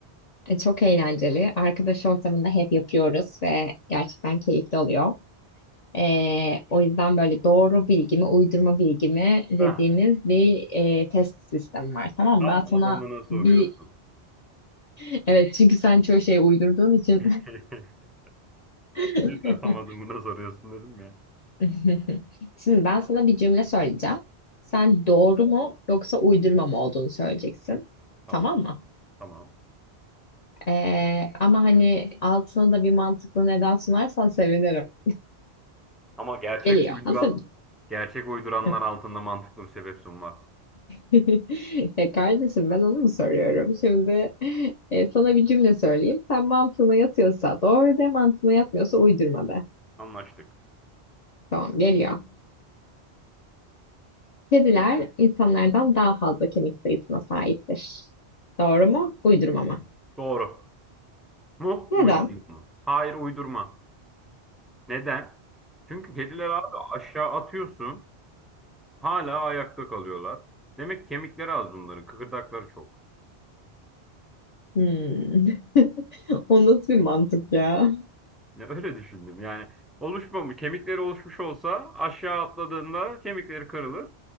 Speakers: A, on the left (about 45°); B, in the centre.
A: E, çok eğlenceli. Arkadaş ortamında hep yapıyoruz ve gerçekten keyifli oluyor. E, o yüzden böyle doğru bilgi mi, uydurma bilgi mi dediğimiz
B: Hah,
A: bir e, test sistemi var. Tamam
B: tam
A: mı? Ben sana
B: adamına soruyorsun.
A: bir... <laughs> Evet çünkü sen çoğu şeyi uydurduğun için
B: <laughs>
A: <laughs>
B: O yüzden tam adamına soruyorsun dedim ya.
A: <laughs> Şimdi ben sana bir cümle söyleyeceğim. Sen doğru mu yoksa uydurma mı olduğunu söyleyeceksin.
B: Tamam,
A: Tamam mı?
B: tamam.
A: Ee, ama hani altına da bir mantıklı neden sunarsan sevinirim.
B: Ama gerçek
A: Geliyor.
B: uyduran
A: Hazır mısın?
B: gerçek uyduranlar
A: Hı.
B: altında mantıklı bir sebep sunmaz.
A: <laughs> E kardeşim ben onu mu soruyorum? Şimdi e, sana bir cümle söyleyeyim. Sen mantığına yatıyorsa doğru de, mantığına yatmıyorsa uydurma de.
B: Anlaştık.
A: Tamam, geliyor. Kediler insanlardan daha fazla kemik sayısına sahiptir. Doğru mu? Uydurma mı?
B: Doğru mu?
A: Neden?
B: Uydurma mı? Hayır, uydurma. Neden? Çünkü kediler abi aşağı atıyorsun, hala ayakta kalıyorlar. Demek ki kemikleri az bunların, kıkırdakları çok.
A: Hmm. <laughs> O nasıl bir mantık ya?
B: Ya öyle düşündüm. Yani oluşmamış, kemikleri oluşmuş olsa aşağı atladığında kemikleri kırılır.